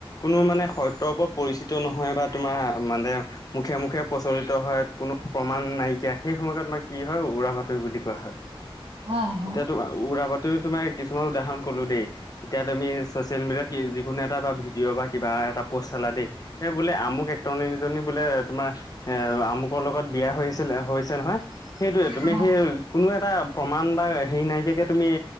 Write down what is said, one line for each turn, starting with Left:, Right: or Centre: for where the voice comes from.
Left: কোনো মানে সত্যৰ ওপৰত পৰিচিত নহয় বা তোমাৰ মানে, মুখে-মুখে, প্ৰচলিত হয় কোনো প্ৰমাণ নাইকিয়া সেই সময়তমাৰ কি হয় উৰা বাতৰি বুলি কোৱা হয।
Right: হয় হয়
Left: এতিয়া তোমাৰ উৰাবাতো তোমাৰ কিছুমান উদাহৰণ কলো দেই। এতিয়া তুমি চ'চিয়েল মিডিয়াত যিকোনো এটা ভিডিঅ' বা কিবা এটা প'ষ্ট চলা দেই, সেই বোলে আমুক একটৰীজনী বোলে তোমাৰ এ আমুকৰ লগত বিয়া হৈ আছিল হৈছে নহয়। সেইটোয়ে তুমি,
Right: হয়
Left: সেই কোনো এটা প্ৰমাণ বা হেৰি নাইকিয়াকে, তুমি